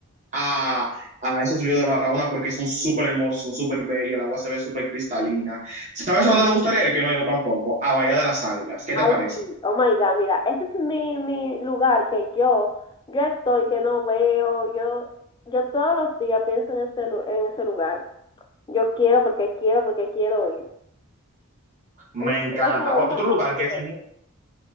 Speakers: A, on the right; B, on the left.
A: a, a esos ríos de Barahona porque son súper hermosos, son súper bellos, el agua se ve súper cristalina. ¿Sabes a dónde me gustaría ir? Que no he ido tampoco, a Bahía de las Águilas. ¿Qué
B: Ay,
A: te parece?
B: sí, oh my God, mira, ese es mi, mi lugar que yo, yo estoy, que no veo, yo, yo todos los días pienso en ese, lu- en ese lugar. Yo quiero porque quiero porque quiero ir.
A: Me
B: Es
A: encanta.
B: mi lugar favorito
A: Otro
B: porque
A: lugar que
B: quiero
A: es... muy-
B: ir.